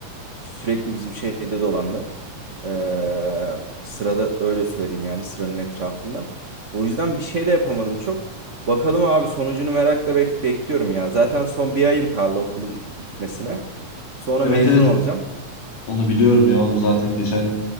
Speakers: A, on the right; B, on the left.
A: Sürekli bizim şeyde dolandı. Ee, sırada öyle söyleyeyim yani sıranın etrafında. O yüzden bir şey de yapamadım çok. Bakalım abi sonucunu merakla bek- bekliyorum ya. Zaten son bir ayım kaldı okulum bitmesine. Sonra
B: Evet
A: mezun
B: evet
A: olacağım.
B: Onu biliyorum ya. Onu zaten geçen